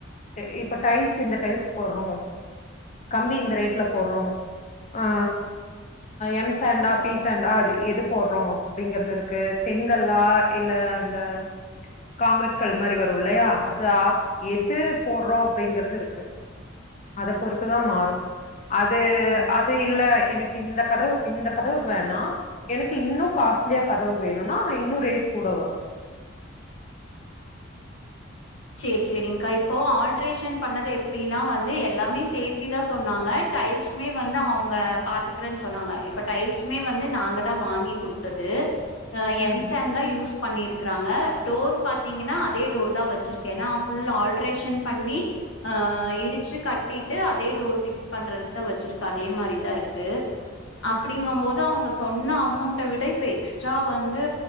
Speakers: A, on the left; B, on the left.
A: எ இப்ப டைல்ஸ் இந்த டைல்ஸ் போட்றோ கம்பி இந்த ரேட்ல போட்றோ ஆ எம்ஸ் அண்ட் ஆ பீஸ் ஸாண்டார் எது போடுறோ அப்டிங்கிறது இருக்கு செங்கல்லா இல்ல அந்த காங்கிரீட கல் மாறி வரு இல்லையா அதா எது போடுறோ அப்டிங்கறது இருக்கு அத பொறுத்துதா மாறு ‌ அது
B: ஓ!
A: அது இல்ல எனக்கு இந்த கதவு இந்த கதவு வேணா எனக்கு இன்னு காஸ்ட்லியா கதவு வேணுனா இன்னு ரேட் கூட வரு
B: சேரி செரிங்க்கா இப்போ ஆல்ட்ரேஷன் பண்ணது எப்டின்னா வந்து எல்லாமே சேர்த்தி தா சொன்னாங்க டைல்ஸ்மே வந்து அவுங்க பாத்துக்கறேன்னு சொன்னாங்க இப்ப டைல்ஸ்மே வந்து நாங்க தா வாங்கி குடுத் தது அ
A: ம்
B: எம்சான்தா யூஸ் பண்ணிருக் குறாங்க டோர் பாத்தீங்கன்னா அதே டோர் தா வெச்சிருக்கே எனா ஃபுல் ஆல்ட்ரேஷன் பண்ணி ஆ இடிச்சி கட்டிட்டு அதே டோர் ஃபிக்ஸ் பண்றதுக்குதா வெச்சிருக்க அதே மாரிதா இருக்கு
A: <inaudible>
B: அப்டிங்கமோது அவுங்க சொன்ன அமோண்ட விட இப்ப எக்ஸ்ட்ரா வந்து